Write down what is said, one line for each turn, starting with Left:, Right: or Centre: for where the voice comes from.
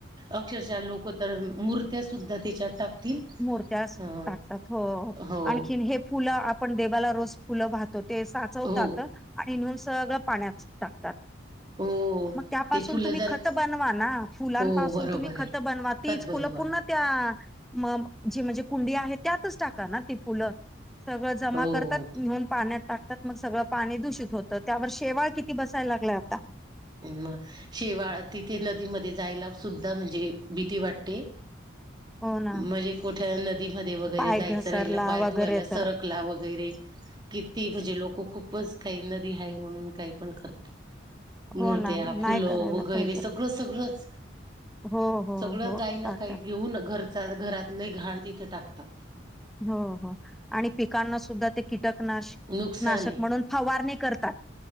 Right: अक्षशः लोक <unintelligible> मूर्त्यासुद्धा त्यांच्यात टाकतील.
Centre: मुर्त्या
Right: अ
Centre: टाकतात हो,
Right: हो
Centre: आणखी हे फुलं आप आपण देवाला रोज फुलं वाहतो ते साचवतात,
Right: हो
Centre: आणि नेहून सगळं पाण्यात टाकतात.
Right: हो.
Centre: मग त्यांपासून
Right: ते फुलं
Centre: तुम्ही
Right: जर
Centre: खत बनवा ना, फुलांपासून
Right: हो बरोबर
Centre: तुम्ही खत
Right: आहे
Centre: बनवा तीच
Right: खत बनवा
Centre: फुलं पून्हा. त्या म- जी म्हणजे कुंडी आहे, त्यातच टाकाना ती फुलं. सगळं जमा
Right: हो
Centre: करतात, न्हेऊन पाण्यात टाकतात, मग सगळं पाणी दूषित होतात. त्यांवर शेवाळ किती बसायला लागलय आता.
Right: इं मग, शेवाळ तिथे नदीमध्ये जायला सुद्धा म्हणजे भीती वाटते.
Centre: हो ना
Right: म्हणजे कुठ्या नदीमध्ये वगैरे
Centre: पाय
Right: जायचं
Centre: घसरला
Right: राहिलं पाय
Centre: वगैरे
Right: धुवायला सरक
Centre: तर
Right: कला वगैरे किती म्हणजे लोकं खूपच काही नदी हा म्हणून काही पण करत मूर्त्या
Centre: हो ना नाही
Right: फुलं
Centre: करायला
Right: वगैरे
Centre: पाहिजे
Right: सगळं सगळंच
Centre: हो हो
Right: सगळं
Centre: हो
Right: काही ना
Centre: टाकतात
Right: काही घेऊन घर घरातलं घाण तिथे टाकतात
Centre: हो हो आणि पिकांना सुद्धा ते कीटकनाश
Right: नुकसान
Centre: नाशक
Right: आहे
Centre: म्हणून फवारणी करतात